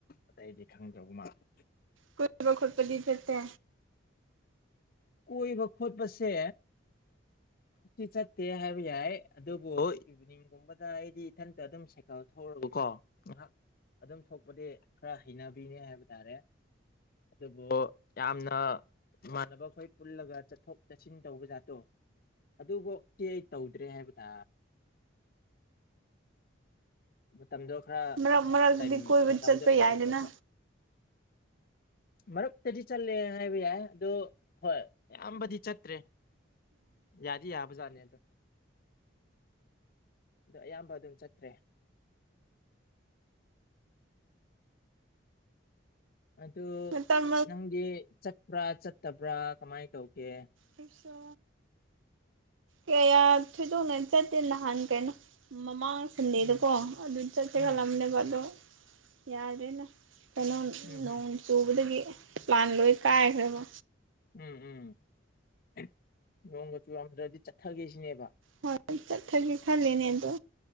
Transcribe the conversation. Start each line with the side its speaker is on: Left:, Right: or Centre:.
Left: ꯑꯇꯩꯗꯤ ꯈꯪꯗꯕ ꯃꯥꯜꯂꯦ꯫
Right: ꯀꯣꯏꯕ ꯈꯣꯠꯄꯗꯤ ꯆꯠꯇꯦ
Left: ꯀꯣꯏꯕ ꯈꯣꯠꯄꯁꯦ ꯁꯤ ꯆꯠꯇꯦ ꯍꯥꯏꯕ ꯌꯥꯏ ꯑꯗꯨꯕꯨ ꯏꯕꯤꯅꯤꯡ ꯒꯨꯝꯕꯗ ꯑꯩꯗꯤ ꯏꯊꯟꯇ ꯑꯗꯨꯝ ꯁꯥꯏꯀꯜ ꯊꯧꯔꯒꯀꯣ ꯉꯥꯏꯍꯥꯛ ꯑꯗꯨꯝ ꯊꯣꯛꯄꯗꯤ ꯈꯔ ꯍꯩꯅꯕꯤꯅꯤ ꯍꯥꯏꯕ ꯇꯥꯔꯦ꯫ ꯑꯗꯨꯕꯨ ꯌꯥꯝꯅ ꯏꯃꯥꯟꯅꯕ ꯈꯣꯏ ꯄꯨꯜꯂꯒ ꯆꯠꯊꯣꯛ ꯆꯠꯁꯤꯟ ꯇꯧꯕ ꯖꯥꯠꯇꯣ ꯑꯗꯨꯕꯧ ꯀꯦ ꯑꯩ ꯇꯧꯗ꯭ꯔꯦ ꯍꯥꯏꯕ ꯇꯥ ꯃꯇꯝꯗꯣ ꯈꯔ
Right: ꯃꯔꯛ ꯃꯔꯛꯇꯗꯤ
Left: ꯇꯥꯏꯃꯤꯡ
Right: ꯀꯣꯏꯕ
Left: ꯃꯇꯝꯗꯣ
Right: ꯆꯠꯄ
Left: ꯑꯦꯠꯖꯁ
Right: ꯌꯥꯏꯗꯅ
Left: ꯂꯧꯕ꯫ ꯃꯔꯛꯇꯗꯤ ꯆꯠꯂꯦ ꯍꯥꯏꯕ ꯌꯥꯏ ꯑꯗꯣ ꯍꯣꯏ ꯑꯌꯥꯝꯕꯗꯤ ꯆꯠꯇ꯭ꯔꯦ ꯌꯥꯗꯤ ꯌꯥꯕꯖꯥꯠꯅꯦ ꯑꯗꯣ ꯑꯗꯣ ꯑꯌꯥꯝꯕ ꯑꯗꯨꯝ ꯆꯠꯇ꯭ꯔꯦ꯫ ꯑꯗꯨ
Right: ꯃꯇꯝ
Left: ꯅꯪꯗꯤ ꯆꯠꯄ꯭ꯔꯥ ꯆꯠꯇꯕ꯭ꯔꯥ ꯀꯃꯥꯏ ꯇꯧꯒꯦ?
Right: ꯔꯤꯛꯁꯣ ꯀꯌꯥ ꯊꯣꯏꯗꯣꯛꯅ ꯆꯠꯇꯦ ꯅꯍꯥꯟ ꯀꯩꯅꯣ ꯃꯃꯥꯡ ꯁꯟꯂꯦꯗꯀꯣ
Left: ꯎꯝ
Right: ꯑꯗꯨꯗꯤ ꯆꯠꯁꯤꯔ
Left: ꯎꯝ
Right: ꯈꯜꯂꯝꯅꯦꯕ ꯑꯗꯣ ꯌꯥꯗ꯭ꯔꯦꯅ꯫ ꯀꯩꯅꯣ
Left: ꯎꯝ
Right: ꯅꯣꯡ
Left: ꯎꯝ
Right: ꯆꯨꯕꯗꯒꯤ ꯄ꯭ꯂꯥꯟ ꯂꯣꯏ ꯀꯥꯏꯈ꯭ꯔꯦꯕ꯫
Left: ꯎꯝ ꯎꯝ ꯅꯣꯡꯒ ꯆꯨꯔꯝꯗ꯭ꯔꯗꯤ ꯆꯠꯊꯒꯦꯁꯤꯅꯦꯕ꯫
Right: ꯍꯣꯏ ꯑꯩ ꯆꯠꯊꯒꯦ ꯈꯜꯂꯤꯅꯦ ꯑꯗꯣ